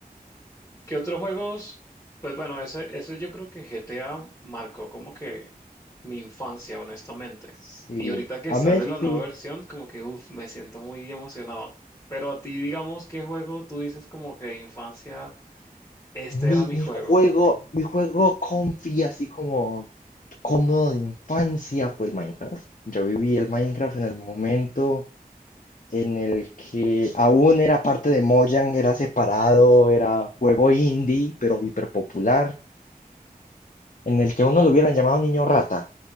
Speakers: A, on the left (about 20°); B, on the left (about 55°).
A: ¿Qué otros juegos? Pues bueno, ese, ese yo creo que GTA marcó como que mi infancia, honestamente.
B: Sí,
A: Y ahorita que
B: a
A: sale
B: mí el
A: la
B: que
A: nueva versión, como que, uff, me siento muy emocionado. Pero a ti, digamos, ¿qué juego tú dices como que de infancia, este
B: Mi,
A: era mi juego?
B: mi juego, mi juego comfy, así como cómodo de infancia, fue el Minecraft. Yo viví el Minecraft en el momento en el que aún era parte de Mojang, era separado, era juego indie, pero hiper popular, en el que a uno lo hubieran llamado niño rata,